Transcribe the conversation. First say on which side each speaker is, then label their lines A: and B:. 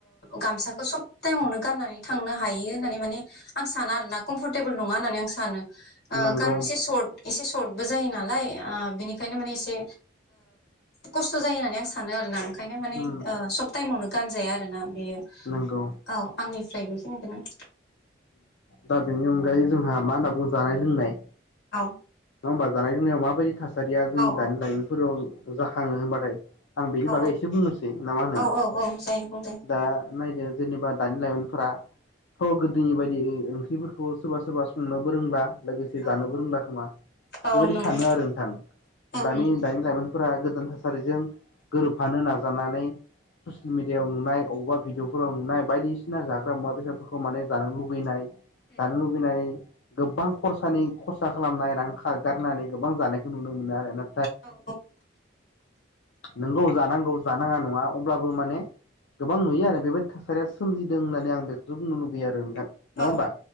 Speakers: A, on the left; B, on the left.
A: गामसाखौ सब टाइमावनो गाननानै थांनो हायो होननानै माने आं साना आरो ना कमफरटेबोल नङा होननानै आं सानो। ओ
B: नंगौ
A: कारन एसे सर्ट एसे सर्टबो जायो नालाय बिनिखायनो माने एसे खस्थ' जायो होननानै आं सानो आरोना। ओंखायनो माने
B: उम
A: सब टाइमावनो गानजाया आरोना बेयो
B: नंगौ
A: औ आंनि फ्राय बेखिनिखौ
B: दा बेनि अनगायै जोंहा मा होनना बुङो जानाय लोंनाय
A: औ
B: होमबा जानाय लोंनायाव माबायदि थासारिया जोंनि
A: औ
B: दानि
A: औ
B: लाइमोनफोराव जाखांङो होनबाथाय आं बेनि
A: औ
B: बागै एसे बुंनोसै नामा होनो
A: औ औ औ जायो बुं दे
B: दा नायदो जेनेबा दानि लाइमोनफोरा थ गोदोनि बायदि ओंख्रिफोरखौ सोरबा सोरबा संनोबो रोंला लोगोसे जानोबो
A: औ औ
B: रोंला खोमा
A: औ
B: बेबायदि
A: नंगौ
B: सानो आरो नोंथां
A: औ
B: दानि
A: नंगौ
B: दानि लाइमोन फोरा गोदान थासारिजों गोरोबफानो नाजानानै ससियेल मिडियायाव नुनाय अबेबा भिडिअफोराव नुनाय बायदिसिना जाग्रा मुवा बेसादफोरखौ माने जानो लुुबैनाय जानो
A: औ
B: लुबैनानै गोबां खरसानि खरसा खालामनाय रां गारनानै गोबां जानायखौ नुनो मोनो आरोना।
A: औ
B: नोंगौ जानांगौ जानाङा नङा अब्लाबो माने गोबां नुयो आरो बेबायदि थासारिया सोमजिदों होननानै आं बेखौसो बुंनो लुबैयो आरो नोंथां नंङा
A: औ
B: होमबा